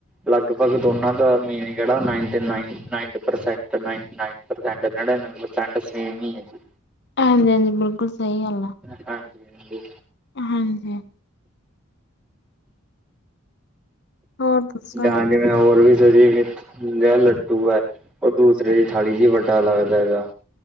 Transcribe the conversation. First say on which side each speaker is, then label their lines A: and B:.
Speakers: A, in the centre; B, on the left.
A: ਲਗਭਗ ਦੋਨਾਂ ਦਾ ਮੀਨਿੰਗ ਜਿਹੜਾ ninety nine, ninety percent ninety nine. Percent ਨਡਿਨਵੇਂ ਪਰਸੈਂਟ ਸੇਮ ਈ ਏ ਜੀ।
B: ਹਾਂਜੀ ਹਾਂਜੀ, ਬਿਲਕੁਲ ਸਹੀ ਗੱਲ ਆ।
A: ਹਾਂਜੀ ਹਾਂਜੀ।
B: ਹਾਂਜੀ। ਹੋਰ ਦੱਸੋ।
A: ਜਾਂ ਜਿਵੇਂ ਹੋਰ ਵੀ ਸਜੀਵ ਜਿੜਾ ਲੱਡੂ ਆ ਉਹ ਦੂਸਰੇ ਦੀ ਥਾਲੀ ਚ ਈ ਵੱਡਾ ਲੱਗਦਾ ਹੈਗਾ।